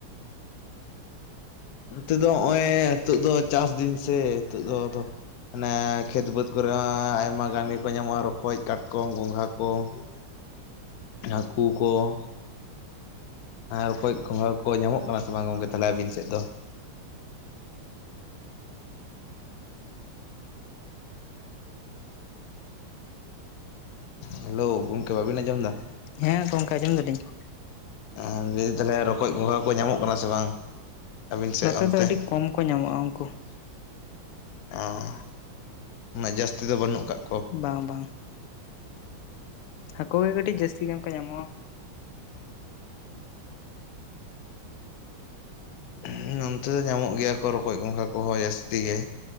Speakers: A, on the left; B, on the left.
A: ᱱᱚᱛᱮ ᱫᱚ ᱱᱚᱜᱼᱚᱭ <unintelligible> ᱱᱤᱛᱚᱜ ᱫᱚ ᱪᱟᱥ ᱫᱤᱱ ᱥᱮ ᱱᱤᱛᱚᱜ ᱫᱚ ᱟᱫᱚᱼᱼ ᱚᱱᱟ ᱠᱷᱮᱛ ᱵᱟᱹᱫᱽ ᱠᱚᱨᱮ ᱦᱚᱸ ᱟᱭᱢᱟ ᱜᱟᱱ ᱜᱮᱠᱚ ᱧᱟᱢᱚᱜᱼᱟ ᱨᱚᱠᱚᱡ, ᱠᱟᱴᱠᱚᱢ, ᱜᱚᱸᱜᱷᱟ ᱠᱚ ᱾ ᱦᱟᱹᱠᱩ ᱠᱚ ᱾ ᱟᱨ ᱚᱠᱚᱭᱡ ᱠᱷᱚᱸᱷᱟ ᱠᱚ ᱧᱟᱢᱚᱜ ᱠᱟᱱᱟ ᱥᱮ ᱵᱟᱝ ᱜᱚᱝᱠᱮ ᱛᱟᱦᱚᱞᱮ ᱟᱹᱵᱤᱱ ᱥᱮᱫ ᱫᱚ? ᱦᱮᱞᱳ ᱜᱚᱢᱠᱮ ᱵᱟᱹᱵᱤᱱ ᱟᱸᱡᱚᱢ ᱫᱟ ᱾
B: ᱦᱮᱸ ᱜᱚᱢᱠᱮ ᱟᱸᱡᱚᱢ ᱫᱟᱞᱤᱧ ᱾
A: ᱟᱨ ᱞᱟᱹᱭ ᱫᱟᱞᱮ ᱨᱚᱠᱚᱡ ᱜᱚᱸᱜᱦᱟ ᱠᱚ ᱧᱟᱢᱚᱜ ᱠᱟᱱᱟ ᱥᱮ ᱵᱟᱝ? ᱟᱹᱵᱤᱱ ᱥᱮᱫ
B: ᱱᱚᱛᱮ
A: ᱚᱱᱛᱮ
B: ᱫᱚ ᱟᱹᱰᱤ ᱠᱚᱢ ᱠᱚ ᱧᱟᱢᱚᱜᱼᱟ ᱩᱱᱠᱳ ᱾
A: ᱚᱸ ᱩᱱᱟᱹᱜ ᱡᱟᱹᱥᱛᱤ ᱫᱚ ᱵᱟᱹᱱᱩᱜ ᱠᱟᱜᱼᱼ
B: ᱵᱟᱝ ᱵᱟᱝ ᱾ ᱦᱟᱹᱠᱩ ᱜᱮ ᱠᱟᱹᱴᱤᱡ ᱡᱟᱹᱥᱛᱤ ᱧᱚᱜ ᱠᱚ ᱧᱟᱢᱚᱜᱼᱟ ᱾
A: ᱦᱩᱸ ᱚᱱᱛᱮ ᱫᱚ ᱧᱟᱢᱚᱜ ᱜᱮᱭᱟ ᱠᱚ ᱨᱚᱠᱚᱡ ᱜᱚᱸᱜᱷᱟ ᱠᱚᱦᱚᱸ ᱡᱟᱹᱥᱛᱤ ᱜᱮ